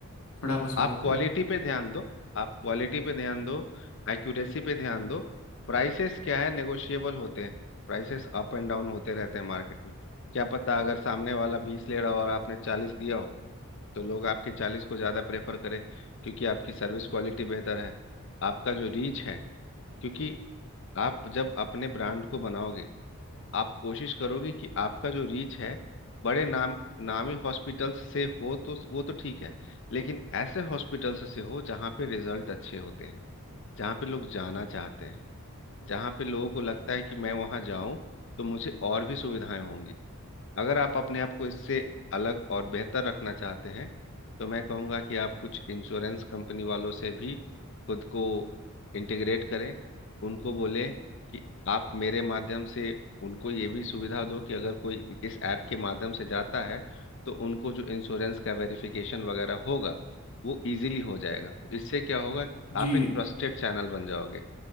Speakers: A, on the left; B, on the left.
A: थोड़ा आप उसमें
B: आप
A: बताइए
B: क्वालिटी पे ध्यान दो आप क्वालिटी पे ध्यान दो एक्यूरेसी पे ध्यान दो प्राइसेस क्या है नेगोशिएबल होते हैं प्राइसेस अप एंड डाउन होते रहते हैं मार्केट में क्या पता अगर सामने वाला बीस ले रहा हो और आपने चालीस दिया हो तो लोग आपके चालीस को ज़्यादा प्रेफर करें क्योंकि आपकी सर्विस क्वालिटी बेहतर है आपका जो रीच है क्योंकि आप जब अपने ब्रांड को बनाओगे आप कोशिश करोगे कि आपका जो रीच है बड़े नाम नामी हॉस्पिटल से हो तो वो तो ठीक है लेकिन ऐसे हॉस्पिटल से, से हो जहाँ पे रिजल्ट अच्छे होते हैं जहाँ पे लोग जाना चाहते हैं जहाँ पे लोगों को लगता है कि मैं वहाँ जाऊं तो मुझे और भी सुविधाएं होंगी अगर आप अपने आप को इससे अलग और बेहतर रखना चाहते हैं तो मैं कहूँगा कि आप कुछ इंश्योरेंस कंपनी वालों से भी खुद को इंटीग्रेट करें उनको बोले कि आप मेरे माध्यम से उनको ये भी सुविधा दो कि अगर कोई इस ऐप के माध्यम से जाता है तो उनको जो इंश्योरेंस का वेरिफिकेशन वगैरह होगा वो इजीली हो जाएगा तो इससे क्या होगा
A: जी
B: आप एक ट्रस्टेड चैनल बन जाओगे